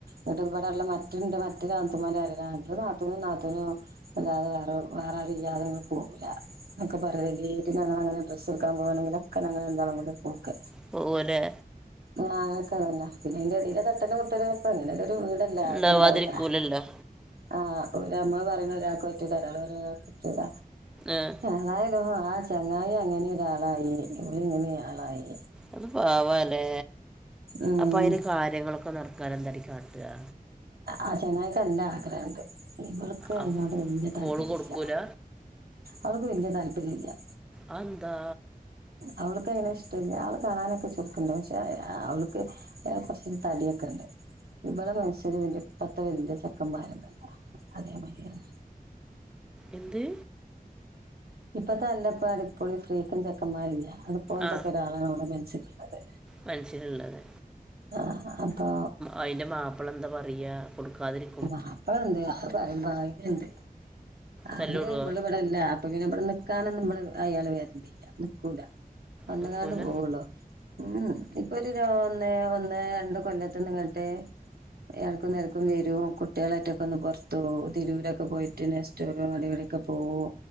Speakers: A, on the right; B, in the centre.
A: ന്നട്ട് ഇവടള്ള മറ്റ രണ്ട് മറ്റൊരാത്തൂന്മാരറ്യലാ ആന്റെ നാത്തൂനും നാത്തൂനും. അല്ലാതെ വേറെ വേറാരുല്ലാതെ ഞങ്ങള് പോവൂല എന്നക്കെ പറയലില്ലെറ്റ് ഞങ്ങളങ്ങനെ ഡ്രസ്സ്ട്ക്കാൻ പോവാണെങ്കിലും. ക്കാ ഞങ്ങള് രണ്ടാളും കൂട്യ പോക്ക്.
B: പോവ്വലെ.
A: ആഹ് ആക്കൊതന്നെ പിന്നെ അയിന്റെടിലെ തട്ടലും മുട്ടലും അപ്പൊ എങ്ങനൊരു വീടല്ല
B: ഉണ്ടാവാതിരിക്കൂലല്ലോ
A: ക്കണ്ടാവുലാ. ആഹ് ഒല് ഞമ്മള് പറിണ ഒരാക്ക് പറ്റൂല ഒരാള് പറിണൊരാക്ക് പറ്റൂല
B: ആ
A: ഏതായാ ലും ആ ചങ്ങായി അങ്ങനി ഒരാളായി ഇതിങ്ങനി ആളായി.
B: അത് പാവാല്ലേ
A: ഉം
B: അപ്പൊ അയ്ന്റെ കാര്യങ്ങളൊക്കെ നടക്കാനെന്താടീ കാട്ടാ.
A: ആ ചെങ്ങായിക്ക് നല്ല ആഗ്രഹണ്ട്. ഇവൾക്ക്
B: ആ
A: അയ്നോട് വല്ല്യ താല്പര്യല്ല
B: ഓള് കൊടുക്കൂല
A: അവൾക്ക് വല്ല്യ താല്പര്യല്ലാ.
B: അ എന്താ.
A: അവൾക്കയിനെ ഇഷ്ടല്യ ആള് കാണാനൊക്കെ ചൊർക്ക്ണ്ട് പക്ഷെ അവള്ക്ക്. അയാള് കൊർച്ചൂടി തടിയൊക്കെണ്ട് ഇബളെ മനസ്സില് വന്റെ ഇപ്പത്തെ വല്ല്യ ചെക്കന്മാരല്ലെ. അതെ മാര്യാണ്.
B: എന്ത്.
A: ഇപ്പത്തെ നല്ലപ്പാ അടിപ്പൊളി ഫ്രീക്കൻ ചെക്കന്മാരില്ലേ അത്. പോല്ത്തൊക്കെ
B: ആ
A: ഒരാളാണ് ഓളെ മനസിലിള്ളത്
B: മനസ്സിലുള്ളത്
A: ആഹ് അപ്പോ.
B: അയിൻ്റെ മാപ്പള എന്താ പറയാ. കൊടുക്കാതിരി
A: വാപ്പണ്ട് അത് പറയുമ്പങ്ങനുണ്ട് അത്
B: തല്ലിവിടുവോ
A: വിളപടല്ല അപ്പൊ പിന്നെ ഇബടെ നിക്കാനൊന്നും നമ്മള് അയാള് വെര്ലില്ല നിക്കൂല വന്നുകാണ്ട്
B: നോക്കൂല
A: പോവുള്ളു ഉം ഇപ്പൊ ഒരു ഒന്ന് ഒന്ന് രണ്ട് കൊല്ലത്ത് ന്നിങ്ങട്ട് എടേക്കും തലക്കും വേ കുട്ട്യാളായിട്ടൊക്കെ ഒന്ന് പൊർത്തു പോവും തിരൂരൊക്കെ പോയിട്ട് നെസ്റ്റോലും അവടിം ഇവടക്കെ പോകോ